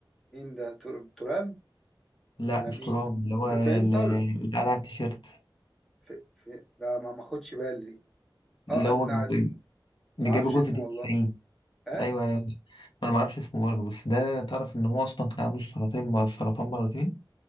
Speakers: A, in the centre; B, on the left.
A: مين ده تر- ترام
B: لا
A: ولا
B: مش
A: مين
B: ترام اللي هو اللي
A: في, في انتر
B: اللي قال على التيشيرت
A: في... في... لا ما ما خدش بالي اه
B: اللي هو
A: ان
B: الج-
A: ما
B: اللي
A: اعرفش
B: جاب الجون
A: اسمه
B: في الدقيقه
A: والله
B: 90
A: اه
B: ايوه ايوه. انا ما اعرفش اسمه برضه بس ده تعرف ان هو اصلا كان عنده سرطان سرطان مرتين